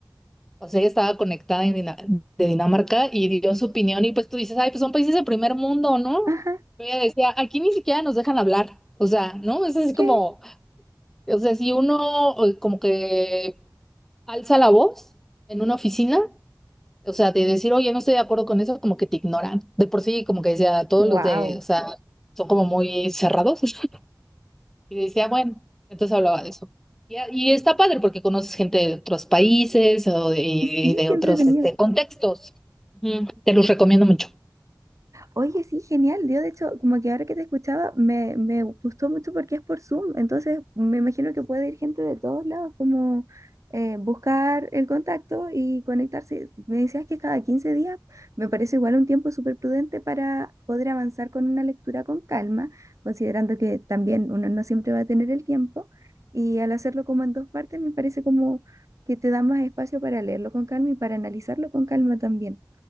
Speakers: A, in the centre; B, on the right.
A: O sea, ella estaba conectada en Dina- de Dinamarca y dio su opinión y pues tú dices, ay, pues son países de primer mundo, ¿no?
B: ajá,
A: Pero ella decía, aquí ni siquiera nos dejan hablar. O sea, ¿no? Es así
B: ¿qué?
A: como, o sea, si uno eh, como que alza la voz en una oficina, o sea, de decir, oye, no estoy de acuerdo con eso, como que te ignoran. De por sí, como que decía, todos
B: Wow,
A: los de, o sea, son como muy cerrados. <laughs> Y decía, bueno, entonces hablaba de eso. Y, a- y está padre porque conoces gente de otros países o de, y
B: sí,
A: de
B: qué
A: otros
B: entretenido.
A: este, contextos. Ujú. Te los recomiendo mucho.
B: Oye, sí, genial. Yo, de hecho, como que ahora que te escuchaba, me, me gustó mucho porque es por Zoom. Entonces, me imagino que puede ir gente de todos lados, como eh, buscar el contacto y conectarse. Me decías que cada 15 días me parece igual un tiempo súper prudente para poder avanzar con una lectura con calma, considerando que también uno no siempre va a tener el tiempo. Y al hacerlo como en dos partes, me parece como que te da más espacio para leerlo con calma y para analizarlo con calma también.